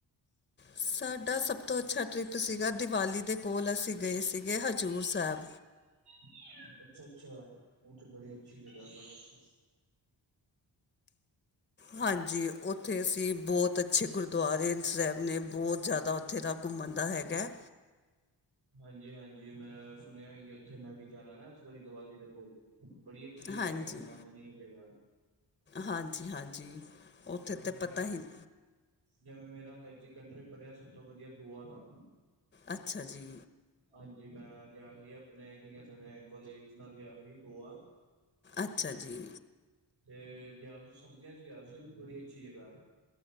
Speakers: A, on the left; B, on the right.
A: ਸਾਡਾ ਸਭ ਤੋਂ ਅੱਛਾ ਟਰਿੱਪ ਸੀਗਾ ਦਿਵਾਲੀ ਦੇ ਕੋਲ ਅਸੀਂ ਗਏ ਸੀਗੇ ਹਜ਼ੂਰ ਸਾਹਿਬ।
B: ਅੱਛਾ-ਅੱਛਾ! ਉ ਤੇੇ ਬੜੀ ਅੱਛੀ ਜਗ੍ਹਾ ਬੜਾ
A: ਹਾਂਜੀ, ਉੱਥੇ ਅਸੀਂ ਬਹੁਤ ਅੱਛੇ ਗੁਰ ਦੁਆਰੇ 'ਚ ਰਹਿਣੇ, ਬਹੁਤ ਜ਼ਿਆਦਾ ਉੱਥੇ ਦਾ ਘੁੰਮਣ ਦਾ ਹੈਗਾ।
B: ਹਾਂਜੀ-ਹਾਂਜੀ! ਮੈਂ ਸੁਣਿਆ ਈ ਓਥੇ, ਮੈਂ ਵੀ ਜਾਣਾ ਨਾ ਦੀਵਾਲੀ ਦੇ ਕੋਲ। ਬੜੀ ਅਛੀ ਜਗ੍ਹਾ
A: ਹਾਂਜੀ,
B: ਉਹ, ਮਾਨਨੀਯ ਜਗ੍ਹਾ!
A: ਹਾਂਜੀ-ਹਾਂਜੀ, ਉਥੇ ਤੇ ਪਤਾ ਹੀ-
B: ਜਿਵੇ ਮੇਰਾ ਹਜੇ ਤਕ ਸਭ ਤੋਂ ਵਧੀਆ ਟ੍ਰਿਪ ਰਿਆ ਗੋਆ ਦਾ।
A: ਅਛਾ ਜੀ।
B: ਹਾਂਜੀ, ਮੈ ਗਿਆ ਹੀ ਆਪਣੇ ਕੀ ਕੇਹਂਦੇ ਨੇ ਕੋਲੀਗਜ਼ ਨਾਲ ਗਿਆ ਸੀ ਗੋਆ
A: ਅਛਾ ਜੀ।
B: ਤੇ ਗਿਆ ਸੀ, ਸਰਦੀਆਂ 'ਚ ਗਿਆ ਸੀ, ਉਹ ਵੀ ਬੜੀ ਅਛੀ ਜਗ੍ਹਾ,